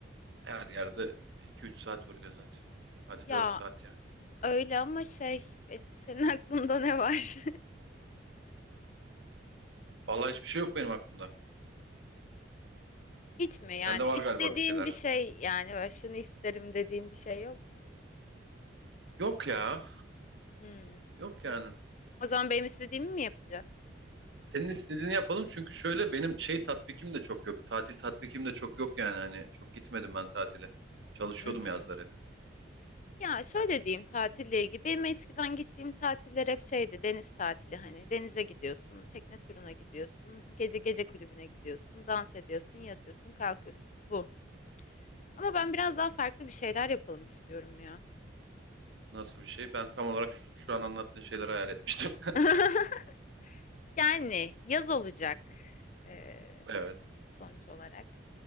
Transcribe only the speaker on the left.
Ya
öyle ama şey, ben- senin <laughs> aklında ne var?
<laughs> Hiç mi yani
istediğin
bir şey yani böyle şunu isterim dediğin bir şey yok mu?
Hmm.
O zaman benim istediğimi mi yapacağız?
Mhm.
Ya şöyle diyeyim tatille ilgili. Benim eskiden gittiğim tatiller hep şeydi deniz tatili hani denize gidiyorsun, tekne turuna gidiyorsun, gece gece kulübüne gidiyorsun, dans ediyorsun, yatıyorsun, kalkıyorsun. Bu. Ama ben biraz daha farklı bir şeyler yapalım istiyorum ya.
<laughs> Yani yaz olacak eee,
sonuç olarak.